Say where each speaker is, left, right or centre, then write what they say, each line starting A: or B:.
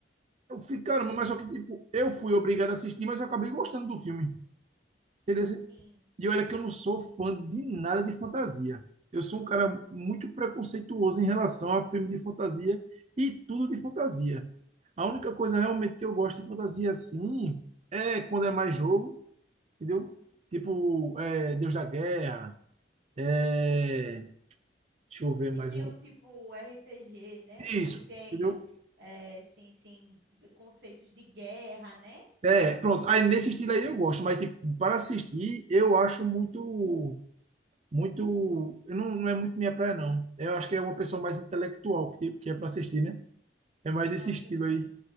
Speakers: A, on the right (about 40°); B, on the right (about 65°).
A: Eu fiquei, caramba, mas só que tipo, eu fui obrigado a assistir, mas eu acabei gostando do filme. Entendeu?
B: Sim.
A: E olha que eu não sou fã de nada de fantasia. Eu sou um cara muito preconceituoso em relação a filme de fantasia e tudo de fantasia. A única coisa realmente que eu gosto de fantasia assim é quando é mais jogo, entendeu?
B: Uhum.
A: Tipo, é, Deus da Guerra, é... deixa eu ver
B: Estilo
A: mais um.
B: tipo RPG, né?
A: Isso,
B: Que tem,
A: entendeu?
B: é, sim, sim, conceitos de guerra, né?
A: É, pronto. Aí nesse estilo aí eu gosto, mas tipo, para assistir eu acho muito muito. Eu não, não é muito minha praia, não. Eu acho que é uma pessoa mais intelectual que, que é para assistir, né? É mais
B: Nossa,
A: esse estilo
B: sim.
A: aí.